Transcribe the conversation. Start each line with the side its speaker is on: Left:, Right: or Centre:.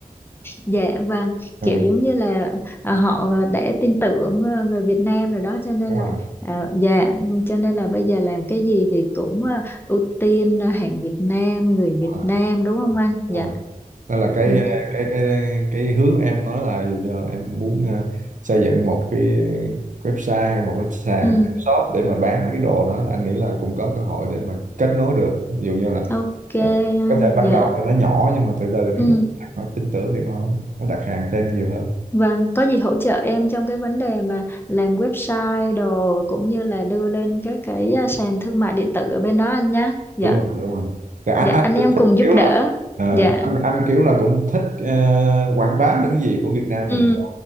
Left: Dạ vâng,
Right: Ờ,
Left: kiểu giống như là à, họ đã tin tưởng à, người Việt Nam rồi đó cho nên
Right: đúng
Left: là
Right: rồi
Left: à, dạ vâng, cho nên là bây giờ làm cái gì thì cũng à, ưu tiên à, hàng Việt Nam, người Việt
Right: rồi,
Left: Nam đúng không anh?
Right: đúng
Left: Dạ.
Right: rồi nên là cái
Left: Ừ.
Right: cái cái cái hướng em nói là ví dụ như là em muốn ờ, xây dựng một cái website hay một cái sàn
Left: Ừ.
Right: shop để mà bán mấy cái đồ đó anh nghĩ là cũng có cơ hội để mà kết nối được ví dụ như là
Left: Ok
Right: ờ,
Left: anh.
Right: có thể ban
Left: Dạ.
Right: đầu thì nó nhỏ nhưng mà từ từ
Left: Ừ.
Right: nếu mà nó tin tưởng thì nó nó đặt hàng thêm nhiều hơn
Left: Vâng, có gì hỗ trợ em trong cái vấn đề mà làm website đồ cũng như là đưa lên các cái à, sàn thương mại điện tử ở bên đó anh nhá. Dạ.
Right: đúng rồi đúng rồi thì anh
Left: Dạ
Right: anh
Left: anh
Right: cũng
Left: em
Right: thích
Left: cùng giúp
Right: kiểu
Left: đỡ.
Right: là ờ,
Left: Dạ.
Right: anh, anh kiểu là cũng thích ờ, quảng bá những cái gì của Việt Nam
Left: Ừ.
Right: mình cho